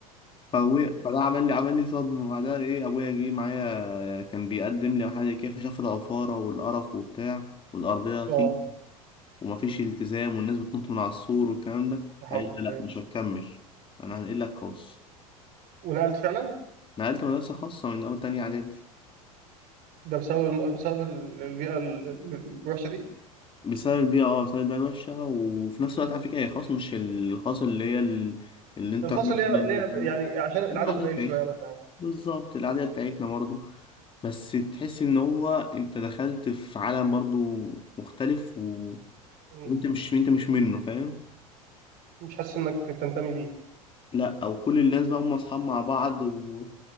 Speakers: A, on the left; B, on the right.
A: فابويا فده عمل لي عمل لي صدمه بعدها ايه ابويا جه معايا كان بيقدم لي حاجه كده فشاف العفاره والقرف وبتاع والارضيه طين
B: اه
A: ومفيش التزام والناس بتنط من على السور والكلام ده
B: يا حول
A: قال لي لا
B: الله.
A: مش هتكمل انا هنقلك خاص
B: ونقلت فعلا
A: نقلت مدرسه خاصه من اول تانية اعدادي
B: ده بسبب الم... بسبب ال- البيئة ال- ال- الوحشة دي
A: بسبب البيئه اه بسبب البيئه الوحشه وفي نفس الوقت على فكره هي خاص مش الخاص اللي هي ال- الانترناشونال
B: الخاصة اللي هي اللي هي يعني عشان العدد
A: العاديه
B: قليل
A: بتاعتنا
B: شوية مثلا
A: بالظبط العاديه بتاعتنا برضه بس تحس ان هو انت دخلت في عالم برضو مختلف و...
B: مم.
A: وانت مش انت مش منه فاهم
B: مش حاسس انك بتنتمي ليه
A: لا او كل الناس بقى هم اصحاب مع بعض و